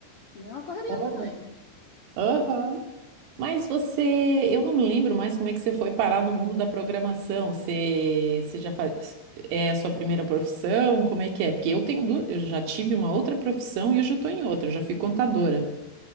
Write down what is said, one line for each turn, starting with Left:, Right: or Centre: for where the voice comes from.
Left: e é uma correria
Right: Olha.
Left: também.
Right: Aham. Mas você, eu não me lembro mais como é que você foi parar no mundo da programação. Você, você já faz, é a sua primeira profissão? Como é que é? Porque eu tenho, du- eu já tive uma outra profissão e hoje eu estou em outra, eu já fui contadora.